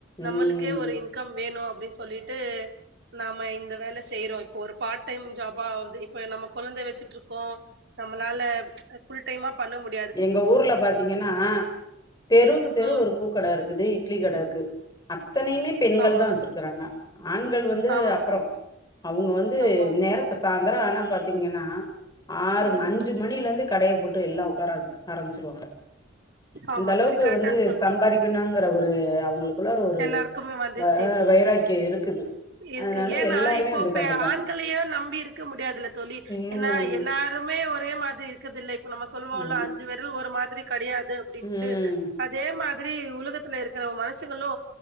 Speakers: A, on the left (about 20°); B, on the right (about 60°).
A: ம்.
B: நம்மளுக்கே ஒரு இன் கம் வேணு அப்டின்னு சொல்லிட்டு நாம்ம இந்த வேல செய்றோ இப்போ ஒரு பார்ட் டைம் ஜாபாது இப்ப நாம கெழந்த வச்சு ட்றோக்கோ நம்மளால ஃபுல் டைமா பண்ண முட்
A: எங்க ஊருல பாத்தீங்கன்னா தெருவுக்கு தெரு
B: ம்
A: ஒரு பூ க்கட இருக்குது இட்லி கட இருக்கு அத்தனையுமே பெண்கள்
B: ஆமா
A: தா வச்சுருக்குறாங்க ஆண்கள் வந்து
B: ஆமா
A: அப்றோ அவுங்க வந்து
B: ஆமா
A: நேரத்த சாந்தரோ ஆனா பாத்தீங்கன்னா ஆறு
B: ம்
A: ம அஞ்சு மணிலருந்து கடயை போட்டு எல்லா உக்கார ஆரம்பிச்சிருவாங்க அந்த
B: ஆமா
A: அளவுக்கு
B: தோழி கரெக்டா
A: வந்து
B: சொன்னீங்க
A: சம்பாரிக்கணுன் குற ஒரு அவங்ளுக்குள்ளரு ஒரு
B: எல்லாருக்குமே வந்துச்சு
A: வ வைராக்கியம் இருக்குது
B: இருக்கு
A: அதனால
B: ஏன்னா
A: எல்லாருமே
B: இப்போப்பே
A: வந்து உட்காந்துருக்காங்க
B: ஆண்களயோ நம்பி இருக்க முடியாதுல தோழி
A: ம்
B: ஏன்னா எல்லா ருமே ஒரே மாதிரி இருக்குற்துல்ல இப்ப நம்ம சொல்லுவோல்ல
A: ஆமா
B: அஞ்சு வெரல் ஒரு மாதிரி கடையாது அப்படின்ட்டு
A: ம்
B: அதே மாதிரி உலகத்துல இருக்குற மனுஷங்களு